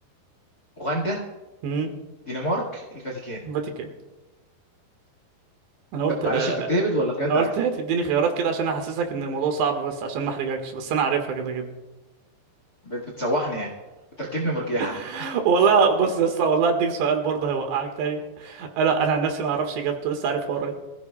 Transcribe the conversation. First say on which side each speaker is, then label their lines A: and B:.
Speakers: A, on the left; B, on the right.
A: اوغندا
B: امم
A: دنمارك الفاتيكان
B: فاتيكان انا قلت
A: طب معلش انت بتهبد ولا بجد
B: انا
A: عارفها
B: قلت تديني خيارات كده عشان احسسك ان الموضوع صعب بس عشان ما احرجكش بس انا عارفها كده كده
A: بت- بتسوحني يعني بتركبني مرجيحة
B: <laughs> والله بص يا اسطى والله هديك سؤال برضه هيوقعك تاني انا انا عن نفسي ما اعرفش اجابته لسه عارفها قريب